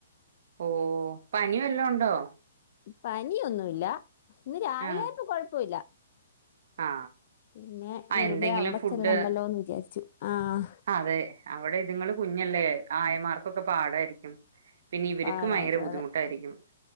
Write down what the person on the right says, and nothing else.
ഓ പനി വല്ല ഉണ്ടോ
ആ
ആ
ആ
എന്തെങ്കിലും
ഫുഡ്
അതെ അവിടെ ഇതുങ്ങൾ കുഞ്ഞല്ലേ ആയമാർക്കൊക്കെ പാടായിരിക്കും പിന്നെ ഇവർക്കും
ഭയങ്കര ബുദ്ധിമുട്ടായിരിക്കും